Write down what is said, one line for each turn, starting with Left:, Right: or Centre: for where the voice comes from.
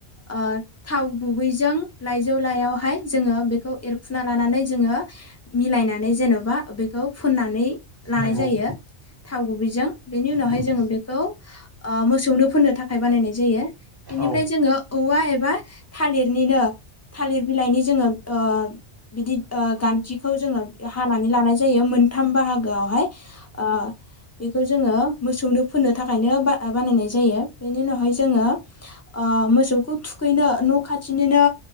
Left: ओ थाव गुबैजों लाइ जौ लाइयावहाय जोङो बेखौ एरखुना लानानै जोङो मिलायनानै जेन'बा बेखौ। फोननानै लानाय
Right: नंगौ
Left: जायो। थाव गुबैजों बेनि उनावहाय
Right: नंगौ
Left: जोङो बेखौ मोसौनो फोननो थाखाय बानायनाय जायो। बेनिफ्राय
Right: औ
Left: जोङो औवा एबा थालिरनिनो। थालिर बिलाइनि जोङो ओ। बिदि गान्थिखौ जोङो हानानै लानाय जायो मोनथाम बाहागोआवहाय ओ। बेखौ जोङो मोसौनो फोननो थाखायनो बानायनाय जायो। बेनि उनावहाय जोङो ओ। मोसौखौ थुखैनो न' खाथिनिनो।